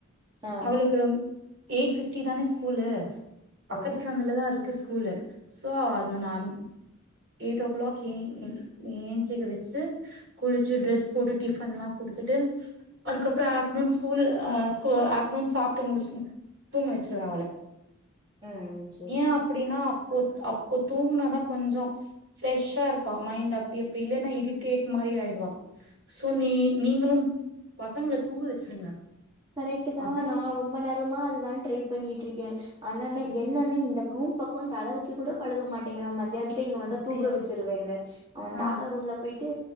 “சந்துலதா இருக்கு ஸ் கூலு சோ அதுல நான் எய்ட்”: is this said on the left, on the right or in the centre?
Right